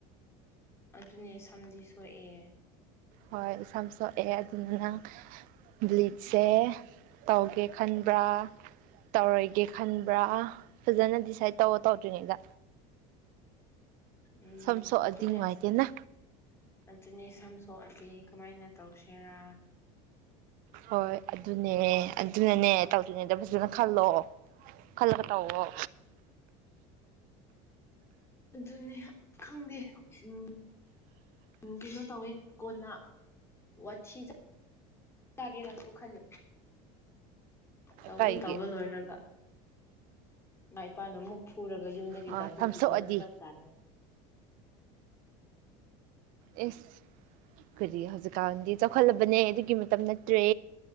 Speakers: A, on the left; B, on the right.
A: ꯑꯗꯨꯅꯦ ꯁꯝꯗꯤ ꯁꯣꯛꯑꯦ
B: ꯍꯣꯏ ꯏꯁꯝ ꯁꯣꯛꯑꯦ ꯑꯗꯨꯅ ꯅꯪ ꯕ꯭ꯂꯤꯠꯁꯦ ꯇꯧꯒꯦ ꯈꯟꯕ꯭ꯔꯥ ꯇꯧꯔꯣꯏꯒꯦ ꯈꯟꯕ꯭ꯔꯥ ꯐꯖꯅ ꯗꯤꯁꯥꯏꯠ ꯇꯧꯔ ꯇꯧꯗ꯭ꯔꯤꯉꯩꯗ
A: ꯎꯝ
B: ꯁꯝ ꯁꯣꯛꯑꯗꯤ
A: ꯑꯗꯨꯅꯦ
B: ꯅꯨꯡꯉꯥꯏꯇꯦꯅ
A: ꯑ ꯑꯗꯨꯅꯦ ꯁꯝ ꯁꯣ ꯑꯩꯗꯒꯤ ꯀꯃꯥꯏꯅ ꯇꯧꯁꯤꯦꯔꯥ
B: ꯍꯣꯏ ꯑꯗꯨꯅꯦ ꯑꯗꯨꯅꯅꯦ ꯇꯧꯗꯣꯏꯅꯦꯗ ꯑꯗꯨꯅ ꯈꯜꯂꯣꯑꯣ ꯈꯜꯂꯒ ꯇꯧꯑꯣꯣ
A: ꯑꯗꯨꯅꯤ ꯈꯪꯗꯦ ꯎꯝ ꯎ ꯀꯩꯅꯣ ꯇꯧꯋꯦ ꯀꯣꯟꯅ ꯋꯥꯊꯤ ꯆꯥꯒꯦꯅꯁꯨ ꯈꯜꯂꯤ ꯇꯧꯒꯦ
B: ꯀꯩꯒꯤ
A: ꯇꯧꯕ ꯂꯣꯏꯔꯒ ꯥꯏ ꯄ ꯅꯃꯨꯛ ꯐꯔꯒ ꯌꯨꯝꯗꯒꯤ
B: ꯑꯥ
A: ꯇꯥꯟꯊꯣꯛꯈꯤꯗꯅ
B: ꯁꯝꯁꯣꯛꯑꯗꯤ
A: ꯐꯔ ꯇꯥꯅꯩ
B: ꯑꯦꯁ ꯑꯩꯈꯗꯤ ꯍꯧꯖꯤꯛꯀꯥꯟꯗꯤ ꯆꯥꯎꯈꯠꯂꯕꯅꯦ ꯑꯗꯨꯒꯤ ꯃꯇꯝ ꯅꯠꯇ꯭ꯔꯦ